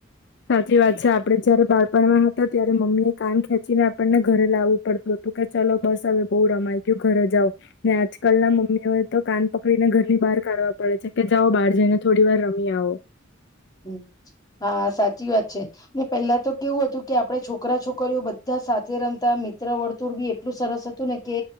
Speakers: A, on the left (about 60°); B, on the left (about 20°).
A: સાચી વાત છે આપણે જયારે બાળપણમાં હતા ત્યારે ને મમ્મી કાન ખેંચી ને આપણને ઘરે લાવવું પડતું હતું કે ચલો બસ હવે બહું રમાઈ ગયું ઘરે જાઓ, ને આજકાલ ના મમ્મીઓ એ તો કાન પકડીને ઘર ની બહાર કાઢવા પડે છે કે જાઓ બહાર જઈને થોડી વાર રમી આવો.
B: હમ હા સાચી વાત છે, ને પહેલા તો કેવું હતું કે આપણે છોકરા છોકરીઓ બધા સાથે રમતા મિત્ર વર્તુળ બી એટલું સરસ હતું ને કે